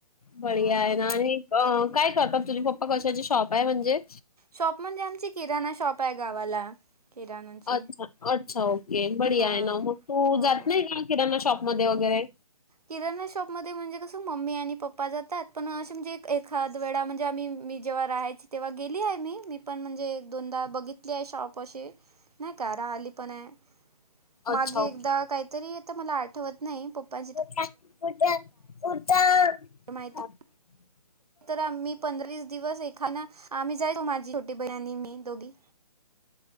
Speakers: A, on the left; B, on the right.
A: बडिया
B: हां.
A: आहे ना हि अ काय करतात तुझी पप्पा कशाची शॉप आहे म्हणजे
B: शॉप म्हणजे आमची किराणा शॉप आहे गावाला. किराणाची.
A: अच्छा अच्छा ओके बडिया
B: हां.
A: आहे मग तू
B: हो.
A: जात का. किरणा शॉपमध्येध्ये वगैरे.
B: किराणा शॉपमध्ये म्हणजे कसं मम्मी आणि पप्पा जातातपण म्हणजे एखाद वेळा म्हणज जे मी मी जेव्हा राहायची तेव्हा गेली आहे मी मी पण म्हणजे एक दोनदा बघितली आहे शॉप अशी नाही का राहिली पण आहे मागे
A: अच्छा ओके
B: एकदा काहीतरी तर मला आठवत नाही पप्पा.
A: <unintelligible>
B: तर माहित.
A: <inaudible>
B: तर आम्ही पंधरा वीस दिवस एखादा आम्ही जायचो माझी छोटी बहिण आणि मी दोघी.